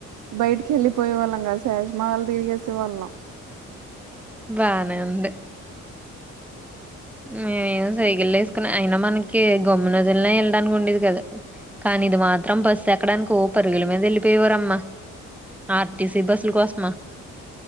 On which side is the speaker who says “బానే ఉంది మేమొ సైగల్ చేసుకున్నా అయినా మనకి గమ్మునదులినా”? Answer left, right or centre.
Centre